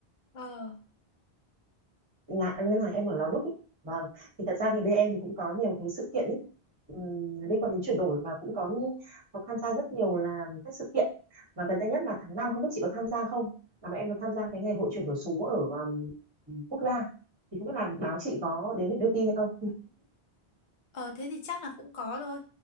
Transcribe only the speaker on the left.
Ờ,
ờ, thế thì chắc là cũng có thôi.